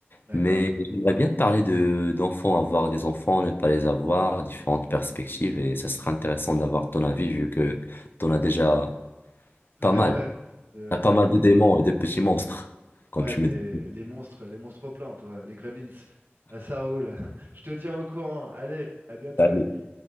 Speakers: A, on the right; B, on the left.
A: d'accord
B: mais j'aimerais bien parler de, d'enfants, avoir des enfants, ne pas les avoir, différentes perspectives, et ça sera intéressant d'avoir ton avis vu que tu en as déjà
A: tout
B: pas
A: à
B: mal.
A: fait Euh,
B: T'as pas
A: bah
B: mal
A: écoute
B: de démons et de petits monstres, comme
A: Ouais,
B: tu
A: des...
B: me dis.
A: les monstres, les monstres plantes, ouais, les gremlins. Ah, ça roule. <laughs> Je te tiens au courant. Allez, à bientôt,
B: <laughs>
A: l'ami.